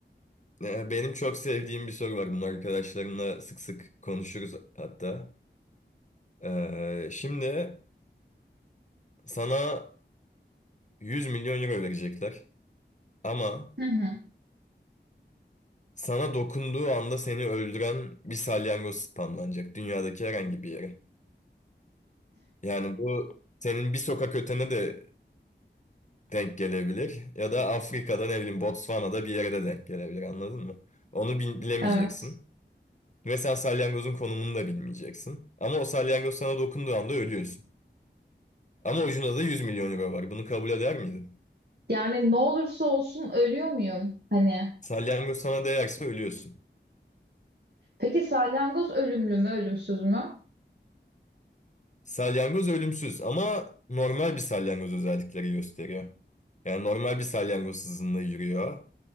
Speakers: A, on the left; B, on the right.
A: Ee, Benim çok sevdiğim bir soru var. Bunu arkadaşlarımla sık sık konuşuruz hatta. Ee, şimdi sana 100 milyon euro verecekler ama
B: Hı hı.
A: sana dokunduğu anda seni öldüren bir salyangoz spamlanacak dünyadaki herhangi bir yere. Yani bu senin bir sokak ötene de denk gelebilir. Ya da Afrika'da ne bileyim Botswana'da bir yere de denk gelebilir anladın mı? Onu bil- bilemeyeceksin.
B: Evet.
A: Ve sen salyangozun konumunu da bilmeyeceksin. Ama o salyangoz sana dokunduğu anda ölüyorsun. Ama ucunda da 100 milyon euro var. Bunu kabul eder miydin?
B: Yani ne olursa olsun ölüyor muyum? Hani.
A: Salyangoz sana değerse ölüyorsun.
B: Peki salyangoz ölümlü mü, ölümsüz mü?
A: Salyangoz ölümsüz ama normal bir salyangoz özellikleri gösteriyor. Yani normal bir salyangoz hızında yürüyor.